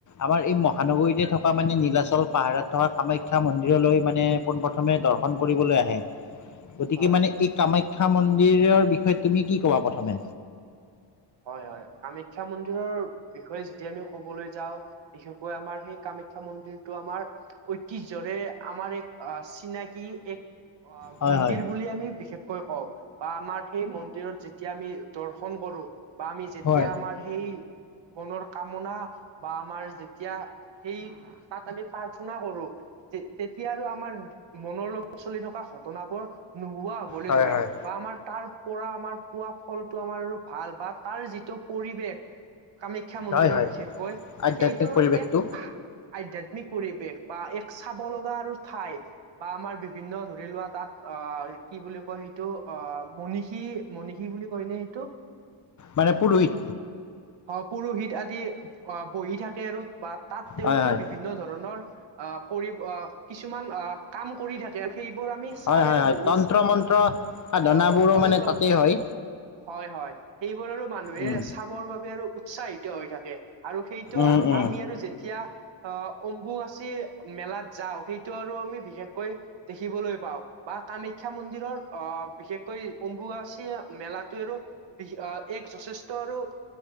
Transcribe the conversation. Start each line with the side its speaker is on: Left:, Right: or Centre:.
Left: আমাৰ এই মহানগৰীতে থকা মানে, নীলাচল পাহাৰত থকা কামাখ্যা মন্দিৰলৈ মানে পোনপ্ৰথমে দৰ্শন কৰিবলৈ আহে। গতিকে
Right: হয়
Left: মানে এই কামাখ্যা মন্দিৰৰ বিষয়ে, তুমি কি কবা প্ৰথমে?
Right: হয়, হয়। কামাখ্যা মন্দিৰৰ বিষয়ে যেতিয়া আমি কবলৈ যাওঁ। বিশেষকৈ আমাৰ সেই কামাখ্যা মন্দিৰটো আমাৰ ঐতিহ্যৰে আমাৰ এক আহ, চিনাকি এক অ,
Left: হয়
Right: মন্দিৰ
Left: হয়
Right: বুলি আমি বিশেষকৈ কওঁ। বা আমাৰ সেই মন্দিৰত যেতিয়া আমি দৰ্শন কৰো বা আমি যেতিয়া
Left: হয়
Right: আমাৰ সেই মনৰ কামনা বা আমাৰ যেতিয়া সেই তাত আমি প্ৰাৰ্থনা কৰো তে, তেতিয়া আৰু আমাৰ মনৰ লগত চলি থকা ঘটনাবোৰ নোহোৱা হ' লে,
Left: হয়
Right: ধৰে
Left: হয়
Right: বা আমাৰ তাৰ পৰা আমাৰ পোৱা ফলটো আমাৰ আৰু ভাল বা তাৰ যিটো পৰিৱেশ, আমি শিক্ষা মন্দিৰৰ
Left: হয় হয়
Right: বিশেষকৈ,
Left: আধ্যাত্মিক
Right: সেইটো আৰু
Left: পৰিৱেশটো
Right: এক আধ্যাত্মিক পৰিৱেশ বা এক চাব লগা আৰু ঠাই বা আমাৰ বিভিন্ন ধৰি লোৱা তাত অ, কি বুলি কয় সেই এইটো অ, মনিষী, মনিষী বুলি কয় নে, সেইটো?
Left: মানে পুৰোহিত।
Right: অ, পুৰোহিত আদি আহ, বহি থাকে আৰু বা তাত তেওঁলোকে
Left: হয় হয়
Right: বিভিন্ন ধৰণৰ অ, কৰিব অ, কিছুমান অ, কাম কৰি থাকে। সেইবোৰ আমি চাই
Left: হয়, হয়,
Right: আৰু
Left: হয়।
Right: বহুত
Left: তন্ত্ৰ, মন্ত্ৰ সাধনাবোৰো
Right: অ ত তন্ত্ৰ
Left: মানে তাতে হয়।
Right: হয়, হয়। সেইবোৰ আৰু মানুহে
Left: উম
Right: চাবৰ বাবে আৰু উৎসাহিত হৈ থাকে, আৰু সেইটো
Left: উম
Right: আৰু
Left: উম
Right: আমি আৰু যেতিয়া আহ, অম্বুবাচী মেলাত যাওঁ। সেইটো আৰু আমি বিশেষকৈ দেখিবলৈ পাওঁ। বা কামাখ্যা মন্দিৰৰ অ, বিশেষকৈ অম্বুবাচী মেলাটোৱে আৰু বি- অ, এক যথেষ্ট আৰু